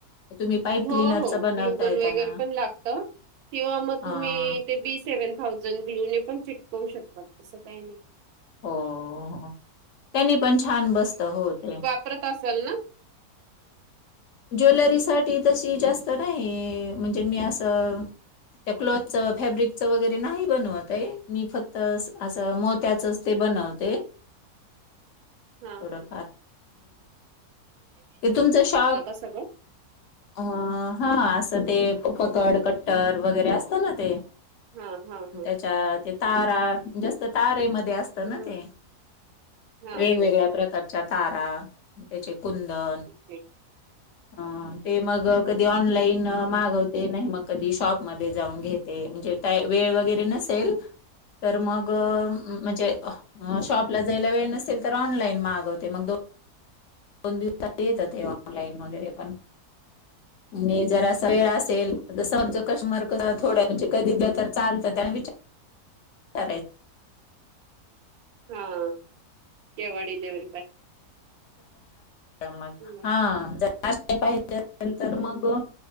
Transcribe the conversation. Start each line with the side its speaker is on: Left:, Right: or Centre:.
Left: तुम्ही पाईप
Right: हो
Left: क्लिनरचं
Right: हो
Left: बनवताय
Right: ग्लुगन वगैरे
Left: त्याला?
Right: पण लागत किंवा मग
Left: हां.
Right: तुम्ही ते बी सेव्हन थावझन गल्यू पण चिटकवू शकतात तसं काय नाय.
Left: हो हो त्यांनी पण छान बसत हो ते
Right: करत असलं ना
Left: ज्वेलरीसाठी तशी जास्त नाय म्हणजे मी असं त्या क्लॉथचं फॅब्रिकचं वगैरे नाही बनवत आहे मी फक्त असं असं मोत्याचचं
Right: हां
Left: ते बनवते.
Right: हां.
Left: थोडफार
Right: हां.
Left: हे तुमचं शॉप
Right: सगंळ
Left: अ हा असं ते पककड कट्टर वगैरे असतं ना ते
Right: हा हा.
Left: त्याच्या ते तारा जास्त तारेमध्ये असतं
Right: हं.
Left: ना ते
Right: हां
Left: वेगवेगळ्या
Right: हां.
Left: प्रकारच्या तारा त्याचे कुंदन
Right: ते
Left: अ ते मग कधी ऑनलाईन मागवते नाही मग कधी शॉपमध्ये जाऊन घेत ते म्हणजे काय वेळ वगैरे नसेल
Right: <inaudible>
Left: तर मग अ
Right: हं.
Left: म्हणजे शॉपला जायला वेळ नसेल तर ऑनलाईन मागवते मग दोन दोन दिवसात येत
Right: हं.
Left: ऑनलाईन वगैरे पण म्हणजे जरासा वेळ
Right: हां
Left: असेल
Right: हां.
Left: जस आमच कस्टमर थोड्या म्हणजे कधी दल्या तर चालतं त्या विचार करायचं
Right: हा. तेव्हा डिलेवारी
Left: मग
Right: हं.
Left: हा आता पाहिजे असेल तर मग
Right: हं.